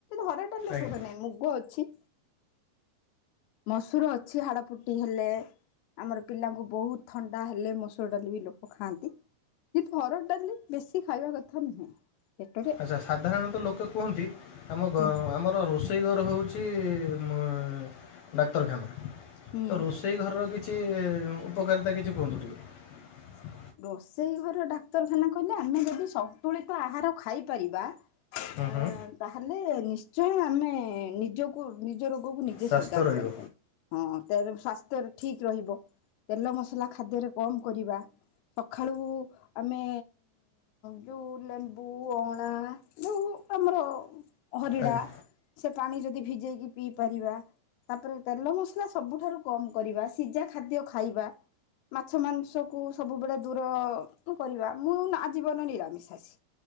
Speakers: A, on the left; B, on the left.
A: ହରଡ ଡ଼ାଲି ରେ ଉପକାରିତା
B: ଆଜ୍ଞା
A: ନାହିଁ, ମୁଗ ଅଛି। ମସୁର ଅଛି‌। ହାଡପୁଟି ହେଲେ ଆମର ପିଲାଙ୍କୁ ବହୁତ ଥଣ୍ଡା ହେଲେ ମସୁର ଡାଲି ବି ଲୋକ ଖାଆନ୍ତି। କିନ୍ତୁ ହରଡ଼ ଡାଲି ବେଶୀ ଖାଇବା କଥା ନୁହେଁ। ପେଟରେ
B: ଆଚ୍ଛା। ସାଧାରଣତଃ ଲୋକେ କୁହନ୍ତି ଆମ ଘ
A: ହୁଁ
B: ଆମର ରୋଷେଇ ରୋଷେଇ ଘର ହେଉଚି ଉଁ ଡାକ୍ତରଖାନା।
A: ହୁଁ।
B: ତ ରୋଷେଇ ଘର ବି କିଛି ଉପକାରିତା କିଛି କୁହନ୍ତୁ ଟିକେ।
A: ରୋଷେଇ ଘର ଡାକ୍ତରଖାନା କହିଲେ, ଆମେ ଯଦି ସନ୍ତୁଳିତ ଆହାର ଖାଇପାରିବା
B: ହୁଁ
A: ଅ
B: ହୁଁ
A: ତାହେଲେ ନିଶ୍ଚୟ ଆମେ ନିଜକୁ ନିଜର କୁ ନିଜେ
B: ସ୍ୱାସ୍ଥ୍ୟ
A: ସଜାଗ
B: ରହିବ
A: କରିପାରିବା। ହଁ। ତା ଧୂ ସ୍ୱାସ୍ଥ୍ୟ ଠିକ୍ ରହିବ। ତେଲ ମସଲା ଖାଦ୍ୟରେ କମ୍ କରିବା। ସକାଳୁ ଆମେ ଯେଉଁ ଲେମ୍ବୁ ଅଁଳା ଯଉଁ ଆମର ହରିଡା
B: ଆଜ୍ଞା
A: ସେ ପାଣି ଯଦି ଭିଜେଇକି ପିଇ ପାରିବା। ତାପରେ ତେଲ ମସଲା ସବୁଠାରୁ କମ କରିବା। ସିଝା ଖାଦ୍ୟ ଖାଇବା। ମାଛ ମାଂସ କୁ ସବୁବେଳେ ଦୂର କରିବା। ମୁଁ ଆଜୀବନ ନିରାମିଷାସି।